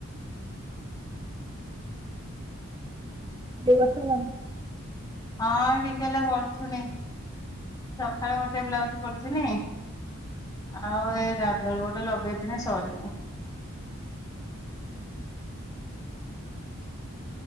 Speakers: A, on the right (about 20°); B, on the left (about 15°).
A: ଦୀ ବର୍ଷ ହେଲାଣି।
B: ହଁ ଟିକେ ହେଲା କରୁଥୁନି। ସକାଳେ ଗୋଟେ ବ୍ଲାଉଜ କରୁଥିନି। ଆଉ ଏ ଗାଧୁଆଳେ ଗୋଟେ ଲଗେଇଥିନି ସରିନି।
A: ହୁଁ ହୁଁ।